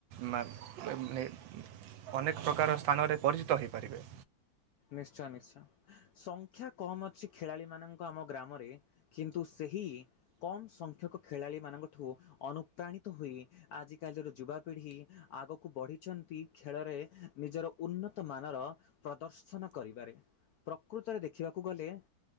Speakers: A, on the right; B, on the left.
A: ଅନେକ ପ୍ରକାର ସ୍ଥାନରେ ପରିଚିତ ହୋଇପାରିବେ।
B: ନିଶ୍ଚୟ ନିଶ୍ଚୟ ସଂଖ୍ୟା କମ ଅଛି ଖେଳାଳି ମାନଙ୍କ ଆମ ଗ୍ରାମରେ କିନ୍ତୁ ସେହି କମ ସଂଖ୍ୟକ ଖେଳାଳି ମଙ୍କଠୁ ଅନୁପ୍ରାଣିତ ହୋଇ ଆଜିକାଲିର ଯୁବାପିଢ଼ି ଆଗକୁ ବଢ଼ିଛନ୍ତି ଖେଳରେ ନିଜର ଉନ୍ନତ ମାନର ପ୍ରଦର୍ଶନ ଦଶନ କରିବାରେ ପ୍ରକୃତରେ ଦେଖିବାକୁ ଗଲେ